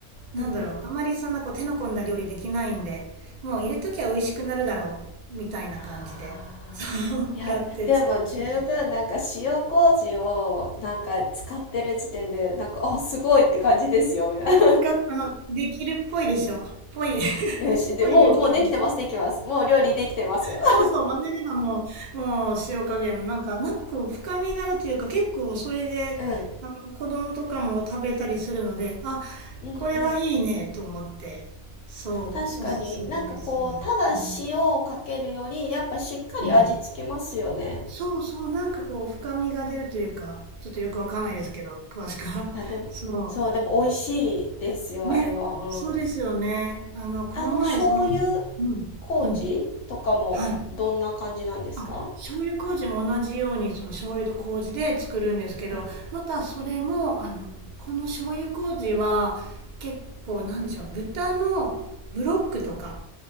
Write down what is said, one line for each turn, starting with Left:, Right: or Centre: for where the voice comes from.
Right: なんだろう、
Left: うんうん。
Right: あまりそんなこう手の込んだ料理できないんで、もう入れときゃ美味しくなるだろうみたいな感じで、
Left: はあ。
Right: そう
Left: いや、
Right: <laughs> やって使ってるんですよ。
Left: でも十分なんか塩麹をなんか使ってる時点で、なんか、あ、すごいって感じですよ。<laughs> みたいな
Right: 使っ、あの、できるっぽいでしょ。ぽい <laughs>、
Left: よし、で、
Right: ぽいですけど。
Left: もう、もうできてます、できます。もう料理できてますよ。
Right: そうそう、混ぜればもう、もう塩加減もなんか、なんかこう深みがあるというか、結構それで、
Left: <laughs> うん、
Right: あの子供とかも食べたりするので、あ、
Left: うん、
Right: これはいいねと思って、
Left: うん。
Right: そう、
Left: 確かになんかこうただ塩をかけるよりやっぱしっかり味付けますよね
Right: おすすめです。うん。うん。そうそう、なんかこう深みが出るというか、ちょっとよくわかんないですけど、詳しくは。
Left: あでもそうでも美味しいですよあれはうん
Right: <laughs> そう。ね。そうですよね。あの、この前、
Left: あの醤油
Right: その、うん、
Left: 麹とかもどんな感じなんですか
Right: うん。はい。あ、醤油麹も同じようにその醤油と麹で作るんですけど、
Left: うん
Right: またそれもあのこの醤油麹は結構なんでしょう、豚のブロックとか